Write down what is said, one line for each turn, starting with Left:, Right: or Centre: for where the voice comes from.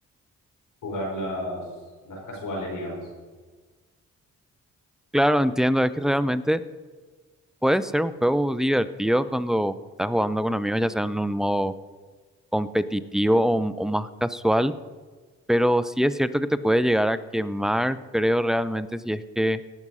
Left: jugar las, las casuales, digamos.
Centre: Claro, entiendo, es que realmente puede ser un juego divertido cuando estás jugando con amigos, ya sea en un modo competitivo o o más casual pero sí es cierto que te puede llegar a quemar, creo realmente, si es que